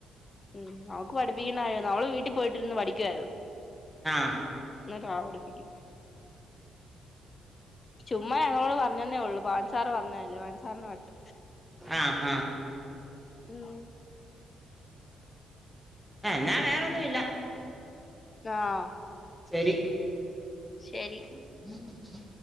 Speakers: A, on the left; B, in the centre.
A: ഉം അവക്ക് പഠിപ്പിക്കുന്നായിരുന്നു അവള് വീട്ടിൽ പോയിട്ടിരുന്ന് പഠിക്കുവായിരുന്നു.
B: ആഹ്
A: ഇന്ന് ത പടിപ്പിക്കും. ചുമ്മ ഞങ്ങളോട് പറഞ്ഞന്നേ ഉള്ളൂ പാൻസാർ പറഞ്ഞല്ലേ പാൻസാറിനെ വട്ട്
B: ആഹ് ആഹ്.
A: കൂ-
B: ഏഹ് എന്നാ വേറൊന്നും ഇല്ല.
A: ആഹ്.
B: ശരി.
A: ശരി.
B: <inaudible>